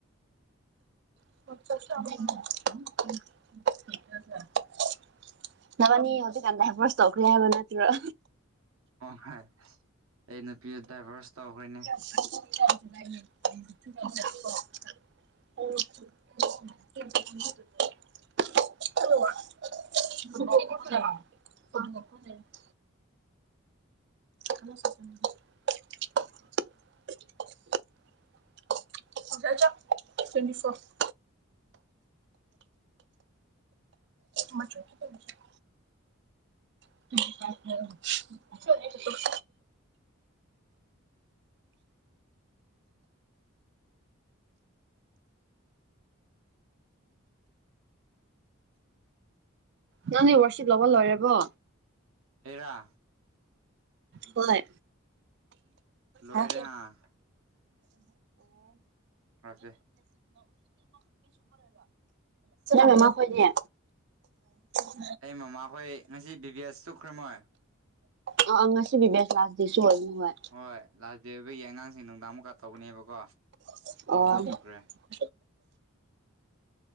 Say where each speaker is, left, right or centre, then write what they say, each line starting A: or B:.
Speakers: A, on the right (about 55°); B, on the right (about 85°).
A: <unintelligible> ꯅꯕꯅꯤ ꯍꯧꯖꯤꯛꯒꯥꯟ ꯗꯥꯏꯕ꯭ꯔꯣꯁ ꯇꯧꯈꯔꯦ ꯍꯥꯏꯕ ꯅꯠꯇ꯭ꯔꯣ
B: ꯍꯣꯏ ꯍꯥꯏ ꯑꯩ ꯅꯨꯄꯤꯗꯨ ꯗꯥꯏꯚꯣꯔꯁ ꯇꯧꯈ꯭ꯔꯦꯅꯦ
A: <unintelligible> <unintelligible> <unintelligible> ꯍꯃ <unintelligible> ꯆ ꯇ꯭ꯋꯦꯟ ꯐꯣꯔ <unintelligible> ꯃ <unintelligible> ꯎ <unintelligible> ꯅꯪꯗꯤ ꯋꯥꯔꯁꯤꯠ ꯂꯧꯕ ꯂꯣꯢꯔꯕꯣ
B: ꯑꯩꯔꯥ
A: ꯍꯣꯏ
B: ꯂꯣꯏꯔꯦ
A: ꯑꯣ
B: ꯑꯥ ꯉꯛꯇꯦ
A: ꯅꯪ ꯃꯃꯥꯈꯣꯢꯗꯤ ꯑ <inaudible>
B: ꯑꯩ ꯃꯃꯥꯈꯣꯏ ꯉꯁꯤ ꯕꯤ ꯕꯤ ꯑꯦꯁ ꯆꯨꯞꯈ꯭ꯔꯃꯣꯏ
A: ꯑꯥ ꯑꯥ ꯉꯁꯤ <unintelligible> <unintelligible> <unintelligible> ꯑꯣꯢꯕꯅꯦ ꯍꯣꯏ
B: ꯍꯣꯏ ꯂꯥꯁ ꯗꯦ ꯑꯣꯢꯕꯒꯤ ꯑꯉꯥꯡꯁꯤꯡ ꯅꯨꯡꯗꯥꯡꯃꯨꯛꯀ ꯇꯧꯒꯅꯦꯕꯀꯣ
A: ꯑꯣ
B: ꯃꯣꯏ <inaudible>